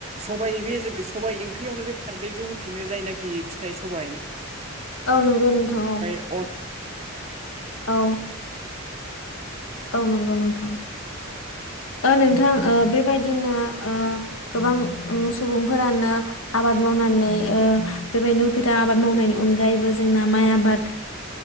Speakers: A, on the right; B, on the left.
A: सबाइ बे सबाइ ओंख्रियावनो बे खारदैखौ होफिनो जायनाखि फिथाइ सबायाइ
B: औ नंगौ नोंथां औ।
A: अन
B: औ। औ नंगौ नोंथां।
A: ज <inaudible>
B: ओ नोंथां बेबायदिनो गोबां सुबुंफोरानो आबाद मावनो बेबादिनो उफेरा आबाद मावनायनि अनगायैबो जोंना माइ आबाद